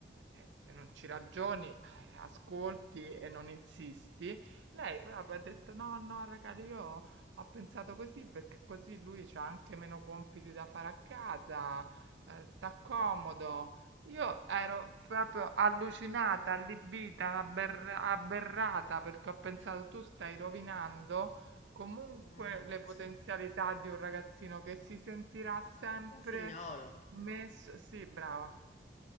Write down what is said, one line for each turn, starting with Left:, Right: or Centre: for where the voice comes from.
Right: eh, se non ci ragioni, eh, ascolti e non insisti. Lei proprio ha detto: No, no, raga, io ho pensato così perché così lui c'ha anche meno compiti da fare a casa, eh, sta comodo. Io ero proprio allucinata, allibita, aber- aberrata perché ho pensato: tu stai rovinando comunque
Left: Ragazzi,
Right: le potenzialità di un ragazzino che si sentirà sempre
Left: un figliolo,
Right: messo. Sì, brava.